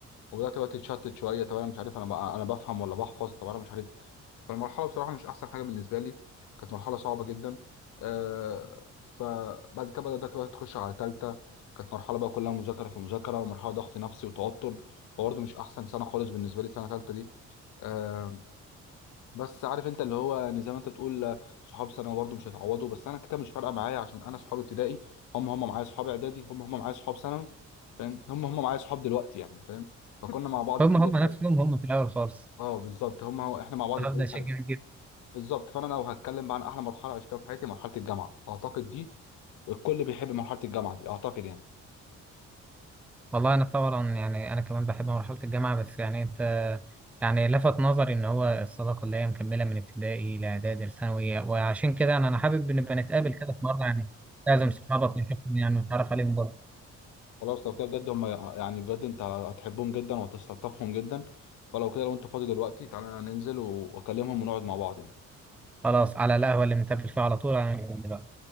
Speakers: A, on the left; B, in the centre.
A: وبدات بقى تتشتت شويه طب انا مش عارف انا بقى انا بفهم ولا بحفظ طب انا مش عارف فالمرحله بصراحه مش احسن حاجه بالنسبه لي كانت مرحله صعبه جدا آه... فبعد كده بدات بقى تخش على ثالثه كانت مرحله بقى كلها مذاكره في مذاكره ومرحله ضغط نفسي وتوتر برضه مش احسن سنه خالص بالنسبه لي سنه ثالثه دي آه، بس عارف انت اللي هو يعني زي ما انت بتقول آه، صحاب ثانوي برضه مش هيتعوضوا بس انا كده مش فارقه معايا عشان انا صحابي ابتدائي هم هم معايا صحاب اعدادي هم هم معايا صحاب ثانوي فاهم هم هم معايا صحاب دلوقتي يعني فاهم فكنا مع بعض
B: هم
A: في اي
B: هم نفسهم
A: حاجه
B: هم في الأول خالص
A: اه بالظبط هم هو احنا مع بعض
B: أنا
A: في
B: ببدأ
A: اي
B: أشجع
A: حاجه بالظبط فانا لو هتكلم بقى عن احلى مرحله عشتها في حياتي مرحله الجامعه اعتقد دي الكل بيحب مرحله الجامعه دي اعتقد يعني
B: والله انا طبعا يعني انا كمان بحب مرحله الجامعه بس يعني انت يعني لفت نظري ان هو الصداقه اللي هي مكمله من ابتدائي لاعدادي لثانوي وعشان كده انا انا حابب نبقى نتقابل كده في مره يعني لازم صحابك نشوفهم يعني ونتعرف عليهم برضه
A: خلاص لو كده بجد هم يعني بجد انت هتحبهم جدا وهتستلطفهم جدا فلو كده لو انت فاضي دلوقتي تعالى ننزل واكلمهم ونقعد مع بعض يعني
B: خلاص على القهوه اللي بنتقابل فيها على طول هننزل دلوقتي